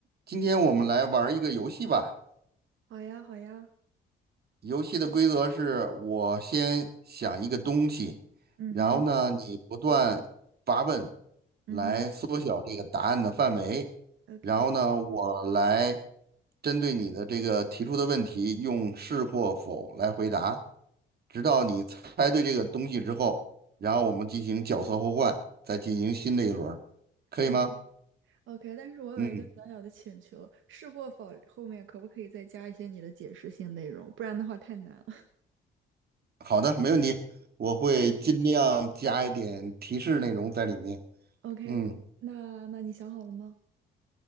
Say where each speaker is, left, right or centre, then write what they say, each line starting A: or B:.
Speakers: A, on the right; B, on the right.
A: 今天我们来玩儿一个游戏吧。
B: 好呀，好呀
A: 游戏的规则是我先想一个东西，
B: 嗯哼，
A: 然后呢，你不断发问
B: 嗯
A: 来缩小这个答案的范围，
B: 哼，，OK。
A: 然后呢，我来针对你的这个提出的问题，用是或否来回答，直到你猜对这个东西之后，然后我们进行角色互换，再进行新的一轮儿，可以吗？
B: OK OK，但是我有一个小小的请求，
A: 嗯，
B: 试过否后面可不可以再加一些你的解释性内容？不然的话太难了。<laughs>
A: 好的，没问题，我会尽量加一点提示内容在里面。
B: OK，
A: 嗯
B: 那那你想好了吗